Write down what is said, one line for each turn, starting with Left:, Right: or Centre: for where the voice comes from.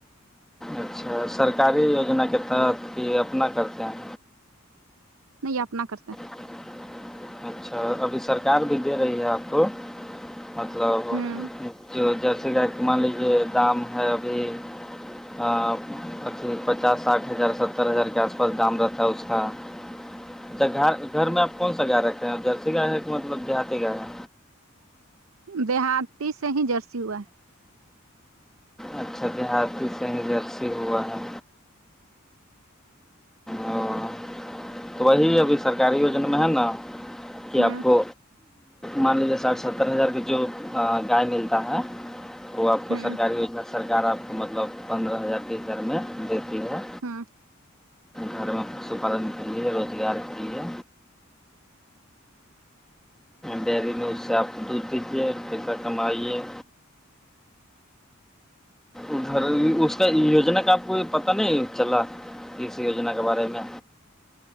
Centre: اچھا سرکاری یوجنا کے تحت کہ اپنا کرتے ہیں
Right: نہیں اپنا کرتے ہیں
Centre: جی اچھا ابھی سرکار بھی دے رہی ہے آپ کو مطلب
Right: ہیں ہوں
Centre: جو جیسے گائے کے مان لیجیے دام ہے ابھی اھی پچاس ساٹھ ہزار ستر ہزار کے آس پاس دام رہتا ہے اس کا اچھا گھر گھر میں آپ کون سا گائے رکھے ہیں جرسی کا ہے کہ مطلب دیہاتی کا ہے
Right: دےیہاتاتی سے ہی جرسی ہوا
Centre: اچھا بہار کی سینجرسی ہوا ہے ہو تو وہی ابھی سرکاری وجنا میں ہے نا
Right: ہے
Centre: کہ
Right: ہوں
Centre: آپو مان لیجیے ساٹھ ستر ہزار کی جو گائے ملتا ہے وہ آپ کو
Right: ہوں
Centre: سرکاری یجنا سرکار آپ کو مطلب پندرہ ہزار تیس ہار میں دیتی ہے
Right: ہوں
Centre: گھر میں پشو پالن کے لیے روزگار کے لیے ڈیری میں اس سے آپ دودھ دیجیے پیسہ کمائیے ادھر اس کا یوجنا کا آپ کو پتہ نہیں چلا کسی یوجنا کے بارے میں